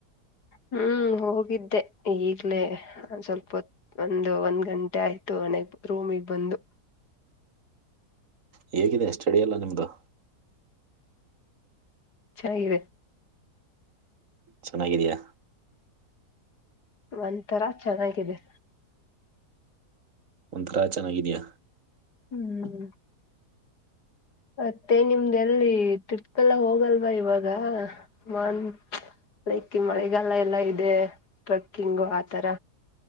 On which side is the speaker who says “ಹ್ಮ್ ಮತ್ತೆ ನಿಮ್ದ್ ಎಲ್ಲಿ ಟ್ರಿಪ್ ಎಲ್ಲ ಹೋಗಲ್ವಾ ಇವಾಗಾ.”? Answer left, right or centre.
Left